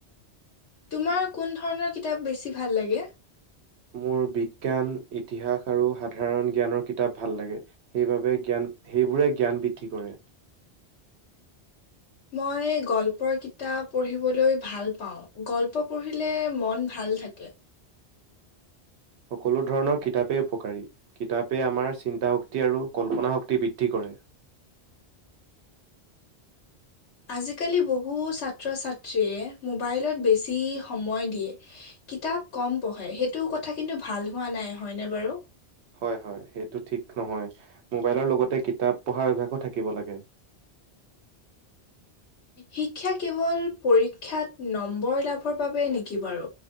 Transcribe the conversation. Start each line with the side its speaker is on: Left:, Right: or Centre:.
Left: তোমাৰ কোন ধৰণৰ কিতাপ বেছি ভাল লাগে?
Right: মোৰ বিজ্ঞান, ইতিহাস আৰু সাধাৰণ জ্ঞানৰ কিতাপ ভাল লাগে। সেইবাবে জ্ঞান, সেইবোৰে জ্ঞান বৃদ্ধি কৰে।
Left: মই গল্পৰ কিতাপ পঢ়িবলৈ ভাল পাওঁ। গল্প পঢ়িলে মন ভাল থাকে।
Right: সকলো ধৰণৰ কিতাপেই উপকাৰী। কিতাপেই আমাৰ চিন্তা শক্তি আৰু কল্পনা শক্তি বৃদ্ধি কৰে।
Left: আজিকালি বহু ছাত্ৰ ছাত্ৰীয়ে মোবাইলত বেছি সময় দিয়ে। কিতাপ কম পঢ়ে, সেইটো কথা কিন্তু ভাল হোৱা নাই, হয়নে বাৰু?
Right: হয়, হয়। সেইটো ঠিক নহয়, মোবাইলৰ লগতে কিতাপ পঢ়াৰ অভ্যাসো থাকিব লাগে।
Left: শিক্ষা কেৱল পৰীক্ষাত নম্বৰ লাভৰ বাবেই নেকি বাৰু?